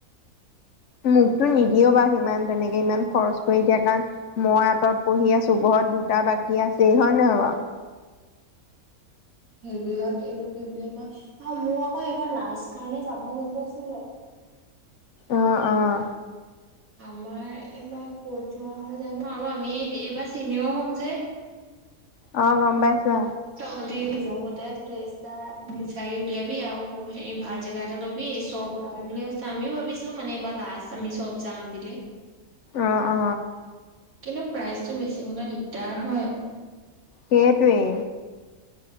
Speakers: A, on the left (about 65°); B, on the right (about 65°).
A: মোকতো নিদিয়েও বাৰু সিমান তেনেকে ইমান খৰচ কৰি দিয়া কাৰণ মই আঁতত পঢ়ি আছো ঘৰত দুটা বাকী আছেই হয় নহয় বাৰু
B: হেৰিয়ত এইটো কি বুলি কয় অ মোৰ আকৌ এইবাৰ লাষ্ট কাৰণে যাব মনটো আছিলে।
A: আহ আহ
B: আমাৰ এইবাৰ কত যোৱা হয় জানো আৰু আমি এইবাৰ চিনিয়ৰ হ'ম যে।
A: অহ গম পাইছা
B: তহতি নিজৰ মতে প্লেছ এটা বিচাৰি উলিয়াবি, আৰু হে ভাল জেগা এটা ল'বি চব ওলাবি বুলি কৈছে, আমিও ভাবিছিলো মানে এইবাৰ লাষ্ট আমি চব যাম বুলি
A: অ অ
B: কিন্তু প্ৰাইজ টো বেছি হলে দিগদাৰ দিগদাৰ হয়
A: সেইটোৱেই